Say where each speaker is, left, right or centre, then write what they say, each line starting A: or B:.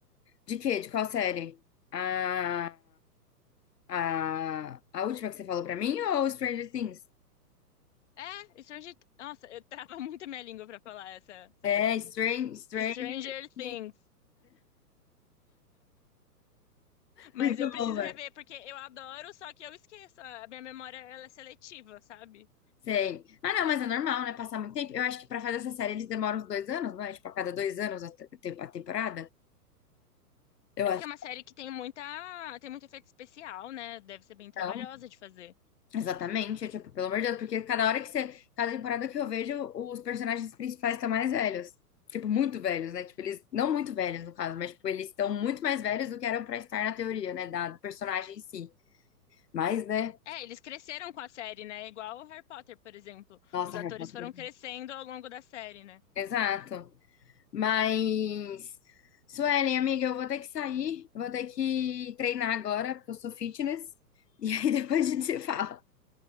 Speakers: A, on the left; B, on the left.
A: De quê? De qual série? Ah, A, a última que você falou pra mim ou Stranger Things?
B: É, Stranger, nossa, eu trava <laughs> muito a minha língua pra falar essa série.
A: É, Stranger, Stranger
B: Stranger Things,
A: Things.
B: mas
A: Muito
B: eu preciso
A: bom, velho.
B: rever porque eu adoro, só que eu esqueço, a minha memória ela é seletiva, sabe?
A: Sei. Ah, não, mas é normal, né? Passar muito tempo. Eu acho que pra fazer essa série eles demoram uns dois anos, não é? Tipo, a cada dois anos a, te- te- a temporada. Eu
B: É
A: acho
B: porque é uma série que tem muita, tem muito efeito especial, né? Deve ser bem
A: que
B: trabalhosa
A: não.
B: de fazer.
A: Exatamente. É, Tipo, pelo amor de Deus, porque cada hora que você. Cada temporada que eu vejo, os personagens principais estão mais velhos. Tipo, muito velhos, né? Tipo, eles. Não muito velhos, no caso, mas, tipo, eles estão muito mais velhos do que eram pra estar na teoria, né? Da do personagem em si. Mas, né?
B: É, eles cresceram com a série, né? Igual o Harry Potter, por exemplo.
A: Nossa,
B: Os atores
A: Harry Potter
B: foram crescendo ao longo da série, né?
A: Exato. Mas, Suelen, amiga, eu vou ter que sair, vou ter que treinar agora, porque eu sou fitness. E aí <laughs> depois a gente se fala.